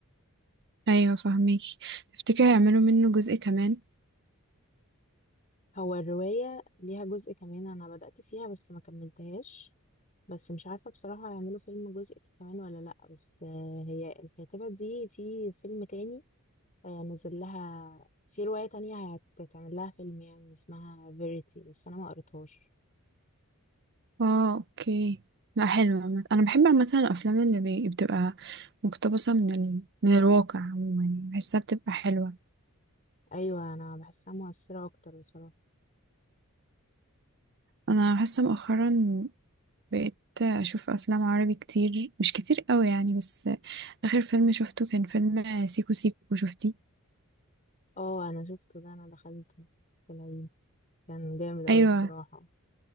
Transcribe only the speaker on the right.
ايوه فهميكي تفتكري هيعملوا منه جزء كمان
اه اوكي لا حلوة عامة. انا بحب عامة الافلام اللي بي- بتبقى مقتبسة من ال... من الواقع عموما يعني. بحسها بتبقى حلوة
انا حاسة مؤخرا بقيت اشوف افلام عربي كتير مش كتير قوي يعني بس اخر فيلم شفته كان فيلم سيكو سيكو شفتيه
ايوه